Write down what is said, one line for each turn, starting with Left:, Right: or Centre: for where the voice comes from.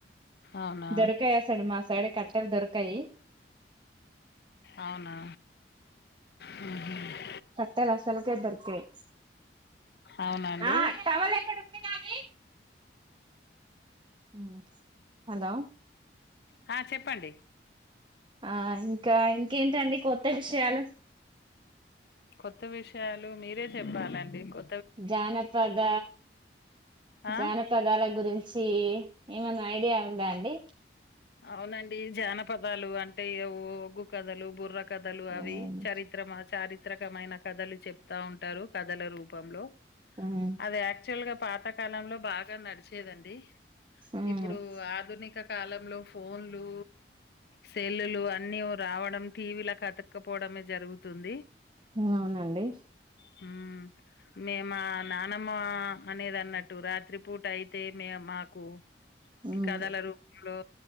Left: అవునా
Right: దొరకయి అసలు మా సైడ కట్టెలు దొరకయి
Left: అవునా మ్హ్
Right: కట్టెల్ అసల్కె దొర్కయి
Left: అవునండి
Right: ఆ టవల్ ఎక్కడ ఉంది నాని మ్ హలో
Left: హా చెప్పండి
Right: ఆ ఇంకా ఇంకేంటండి కొత్త విషయాలు
Left: కొత్త విషయాలు మీరే చెప్పాలండి కొ
Right: జానపద
Left: ఆ
Right: జానపదాల గురించి ఏమన్న ఐడియా ఉందా అండి
Left: అవునండి జానపదాలు అంటే ఓ ఒగ్గు కథలు బుర్ర కథలు అవి
Right: ఉమ్
Left: చరిత్ర చారిత్రకమైన కథలు చెప్తా ఉంటారు కథల రూపంలో
Right: ఉమ్
Left: అది యాక్చువల్ గా పాత కాలంలో బాగా నడిచేదండి
Right: మ్
Left: ఇప్పుడు ఆధునిక కాలంలో ఫోన్లు సెల్లులు అన్నీ రావడం టీవీలక్ అత్తుకుపోడమే జరుగుతుంది
Right: అవునండి
Left: హ మే మా నానమ్మ అనేది అన్నట్టు రాత్రిపూట అయితే మేము మాకు
Right: ఉమ్
Left: కథల రూపంలో